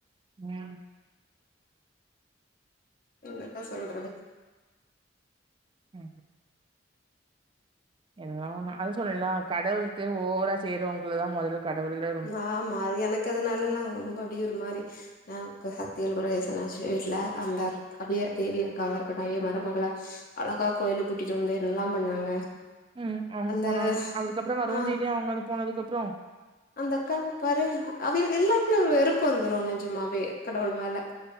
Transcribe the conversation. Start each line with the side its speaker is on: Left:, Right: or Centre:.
Right: ஆ
Left: என்னத்த சொல்றது
Right: ம் ஹ எல்லா ஒன்னு அதுவு சொல்லுலா கடவுலுக்கு ஓவரா செய்றவங்களதா முதல்ல கடவுள்ளு
Left: ஆமா அது எனக்கு அதனாலல்லா ரொம்ப அப்டியே ஒரு மாரி நா சக்தியல் பிரதேசம்லா வச்சி வீட்ல அந்த அவிய தேவி அக்காவா இருக்கட்டு அவிய மருமகள அழகா கோயிலு கூட்டிட்டு வந்து என்னல்லாம் பண்ணாங்க
Right: ம் அவங்க
Left: அந்த
Right: போனாங்க அதுக்கு அப்புறம் வரவு
Left: ஆ
Right: செயிலியா அவங்க அது போனதுக்கு அப்ரோ
Left: அந்த அக்கா பாரு அவிய எல்லாருக்குமே ஒரு வெறுப்பு வந்துரு நேசமாவே கடவுள் மேல